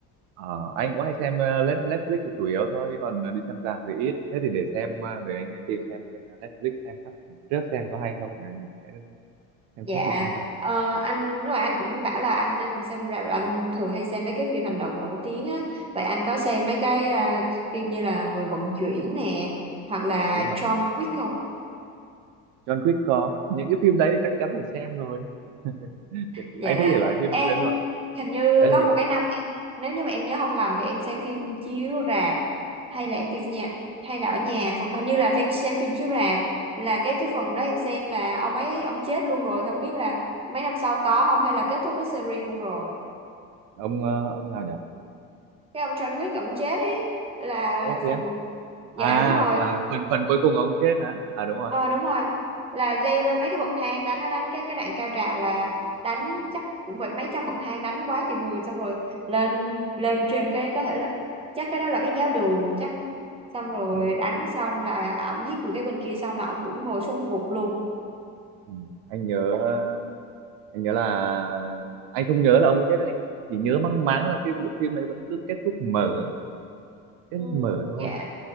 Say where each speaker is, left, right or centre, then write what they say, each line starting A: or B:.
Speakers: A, on the right; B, on the right.
A: Ờ, anh cũng hay xem ờ, Net- Netflix là chủ yếu thôi chứ còn ờ, đi xem rạp thì ít thế thì để xem ờ, để anh tìm xem trên ờ, Netflix xem các trước xem có hay không rồi mình sẽ xem
B: dạ
A: xét đi xem rạp sau.
B: ờ, anh lúc nãy anh cũng bảo là anh đi xem rạp rồi anh thường hay xem mấy cái phim hành động nổi tiếng á vậy anh có xem mấy cái à, phim như là Người vận chuyển nè hoặc là
A: đúng rồi
B: John Wick không
A: John Wick có những cái phim đấy thì chắc chắn phải xem rồi <laughs>
B: Dạ,
A: anh thích thể loại phim
B: em
A: xem John Wick.
B: hình như
A: đấy là
B: có
A: nhỉ
B: một cái năm em nếu như mà em nhớ không lầm thì em xem phim chiếu rạp hay là em phim nhà hay là ở nhà hoặc hình như là phim xem phim chiếu rạp là cái cái phần đó em xem là ông ấy ông chết luôn rồi thì không biết là mấy năm sau có không hay là kết thúc cái series luôn rồi.
A: ông ờ, ông nào nhỉ
B: Cái ông John Wick ông chết ấy là
A: ô
B: là
A: thế
B: phần
A: á à,
B: dạ đúng rồi
A: à phần phần cuối cùng ông chết hả à đúng rồi
B: ờ đúng rồi là leo lên mấy cái bậc thang đánh đánh đánh cái cái đoạn cao trào là đánh chắc cũng phải mấy trăm bậc thang đánh quá chừng người xong rồi lên lên trên cái có thể là chắc cái đó là cái giáo đường chắc xong rồi
A: ừ.
B: đánh xong là ổng giết được cái bên kia xong là ổng cũng ngồi xuống gục luôn
A: Ừ. anh nhớ ờ, anh nhớ là anh không nhớ là ông ấy chết anh chỉ nhớ mang máng là cái bộ phim đấy vẫn cứ kết thúc mở kết
B: ừ,
A: thúc mở thôi
B: dạ